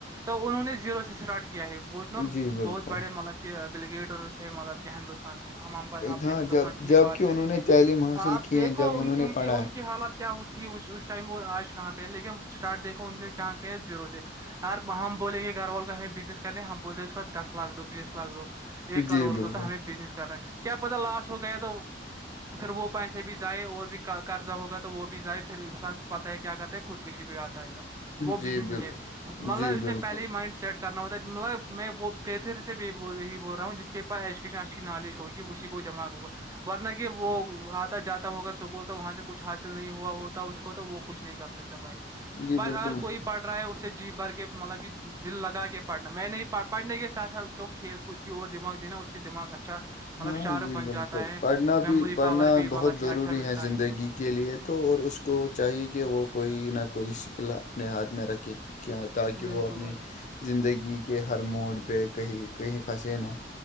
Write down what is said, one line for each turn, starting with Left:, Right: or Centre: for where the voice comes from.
Right: تو انہوں نے زیرو سے اسٹارٹ کیا ہے بوجنا
Left: جی بالکل
Right: بہت بڑے مطلب کہ بلیگیٹرس ہیں مطلب کہ ہندوستان میں ہم اپنے
Left: ہاں
Right: ہندوستان
Left: جب
Right: کی ہی
Left: جب
Right: بات
Left: کہ انہوں
Right: کریں
Left: نے
Right: گے
Left: تعلیم حاصل
Right: آپ
Left: کی
Right: دیکھو
Left: ہیں جب
Right: ان
Left: انہوں
Right: ان
Left: نے
Right: کی
Left: پڑھا
Right: ان کی حالات کیا ہوتیھی اس ٹائم اور آج کہاں پہ لیکن اسٹارٹ دیکھو ان کہاں کہ زیرو سے ار ہم بولیں گے گھر وال کو ہمیں بزنس کرنے ہیں ہم بولتے ہیں اس کا دس لاکھ دو بیس لاکھ دو
Left: ہے
Right: ایک کروڑ
Left: جی بالکل
Right: تو تو ہمیں بزنس کر رہے ہیں کیا پتا لاس ہو گیا تو پھر وہ پیسے بھی جائے اور بھی قرضہ ہوگا تو وہ بھی جائے پھر انسان پ ہے کیا کرتا ہے خود کشی بھی آتا ہے تو وہ
Left: جی
Right: بزنس نہیں
Left: بال
Right: ہے مطلب
Left: جی
Right: اس
Left: بالکل
Right: نے پہل ہی مائنڈ سیٹ کر کرنا ہوتا ہے مطلب میں وہ پہ پھر سے بھی یہی بول رہا ہوں جس کے پاس ایجوکیشن اچھی نالج ہوگی اسی کو دماغ ہوگا ورنہ کہ وہ آتا جاتا ہوگا سکول تو وہاں سے کچھ حاصل نہیں ہوا ہوتا اس کو تو وہ کچھ نہیں کر سکتا بھائی
Left: جی
Right: بس
Left: بالکل
Right: اگر کوئی پڑ رہا ہے اس سے جی بھر کے مطلب کہ دل لگا کے پڑھنا میں نہیں پڑنے کے ساتھ سھ اس کو کھیل کود کی اور دماغ دینا اس دماغ اچھا مطلب
Left: ہاں
Right: شارپ
Left: جی
Right: بن
Left: بالکل
Right: جاتا ہے
Left: پڑھنا بھی
Right: میموری
Left: پڑھنا
Right: پاور بھی
Left: بہت
Right: مطلب
Left: ضروری
Right: کہ اچھا ملتا
Left: زندگی
Right: ہے اس کو بھائی
Left: کے لیے تو اور اس کو چاہیے کہ وہ کوئی نہ کوئی سکل اپنے ہاتھ میں رکھے کے تاکہ
Right: بالکل
Left: وہ اپنی
Right: بھائی
Left: زندگی کے ہر موڈ پہ کہیں کہیں پھنسے نہ